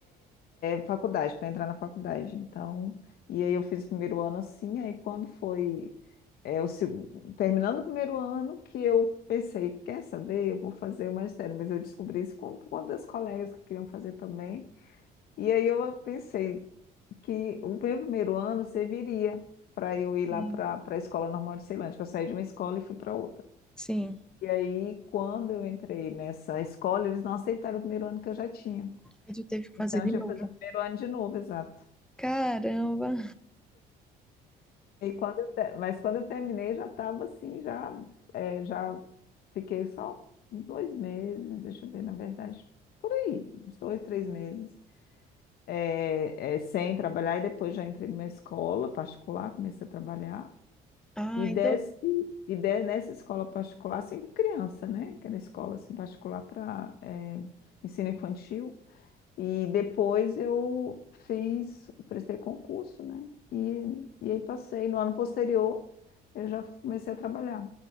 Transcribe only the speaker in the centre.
Sim.
Sim.
Aí tu teve que fazer
de
novo.
Caramba.
Ah,
então,